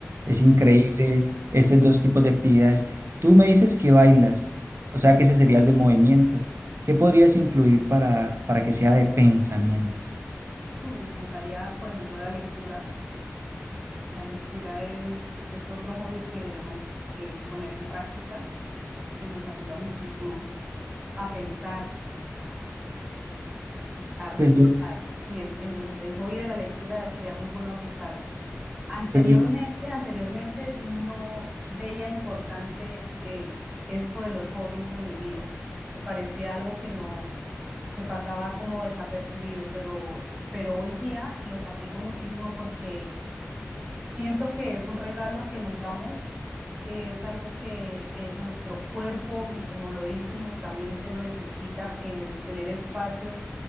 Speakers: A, on the right; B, on the right.
A: Es increíble
B: Mm,
A: estos dos tipos de actividades. Tú me dices que bailas, o sea que ese sería el del movimiento. ¿Qué podrías incluir para, para que sea de pensamiento?
B: Me encantaría, por ejemplo, la lectura. La lectura es, es otro hobby que deberíamos eh, poner en práctica, que nos ayuda muchísimo a pensar, a repensar.
A: Pues yo,
B: Sí, es el, el hobby de la lectura sería muy bueno aplicarlo. Anteriormente,
A: pues yo,
B: anteriormente no veía importante eh, esto de los hobbies en mi vida. Me parecía algo que no, me pasaba como desapercibido, pero, pero hoy día los aplico muchísimo porque siento que es un regalo que nos damos, es algo que eh, nuestro cuerpo y como lo dices, nuestra mente lo necesita, eh, tener espacios